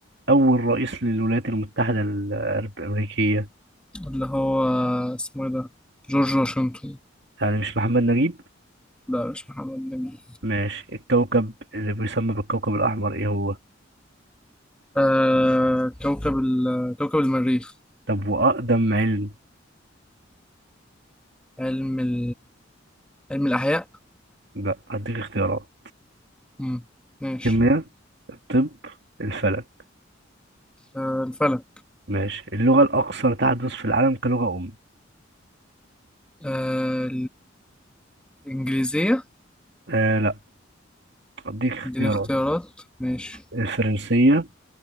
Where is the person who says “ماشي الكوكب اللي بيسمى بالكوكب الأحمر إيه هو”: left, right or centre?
Right